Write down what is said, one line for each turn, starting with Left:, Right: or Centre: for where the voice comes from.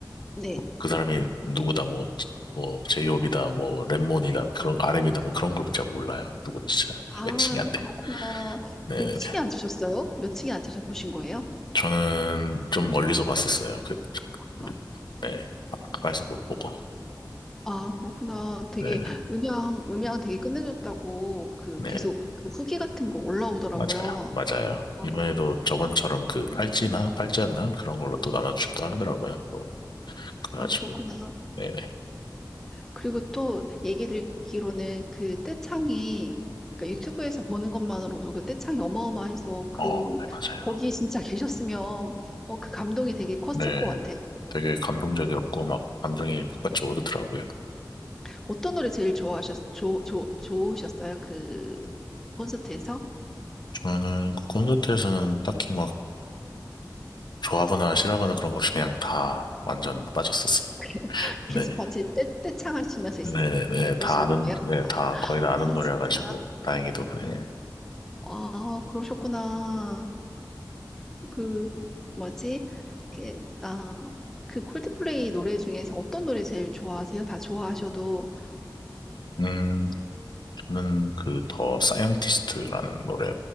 Centre: 네.
Left: 그 사람이 누구다 뭐, 뭐 제이홉이다 뭐 랩몬이다 그런 RM이다 뭐 그런 걸 제가 몰라요. 누군지 잘
Centre: 아,
Left: 매칭이 안 돼요.
Centre: 그렇구나.
Left: 네네네.
Centre: 몇 층에 앉으셨어요? 몇 층에 앉으셔 보신 거예요?
Left: 저는 좀 멀리서 봤었어요. 그, 그-
Centre: 아,
Left: 네. 가까이서 못 보고.
Centre: 아, 그렇구나. 되게
Left: 네
Centre: 음향, 음향 되게 끝내줬다고 그
Left: 네,
Centre: 계속 그 후기 같은 거 올라오더라고요.
Left: 맞아요. 맞아요.
Centre: 아,
Left: 이번에도
Centre: 어,
Left: 저번처럼 그 팔찌나 팔찌였나? 그런 걸로 또 나눠주기도 하더라고요. 또, 그래가지고.
Centre: 아, 그렇구나.
Left: 네네.
Centre: 그리고 또 얘기 듣기로는 그 떼창이 그러니까 유튜브에서 보는 것만으로도 그 떼창이 어마어마해서 그
Left: 어, 네, 맞아요.
Centre: 거기 진짜 <laughs> 계셨으면 어, 그 감동이 되게 컸을
Left: 네,
Centre: 것 같아.
Left: 되게 감동적이었고, 막, 감정이 북받쳐 오르더라고요.
Centre: 어떤 노래 제일 좋아하셨 좋 좋 좋으셨어요? 그 콘서트에서
Left: 저는 그 콘서트에서는 딱히 막, 좋아하거나 싫어하거나 그런 거 없이 그냥 다 완전 빠졌었어요.
Centre: <laughs>
Left: 네.
Centre: 계속 같이 떼 떼창하시면서 있-
Left: 네 네, 다
Centre: 그러신
Left: 아는,
Centre: 거예요?
Left: 네, 다, 거의 다
Centre: 아
Left: 아는 노래여가지고,
Centre: 진짜
Left: 다행히도, 네.
Centre: 아 그러셨구나. 그 뭐지? 그, 아, 그 콜드플레이 노래 중에서 어떤 노래 제일 좋아하세요? 다 좋아하셔도
Left: 음, 저는 그, 더 사이언티스트라는 노래,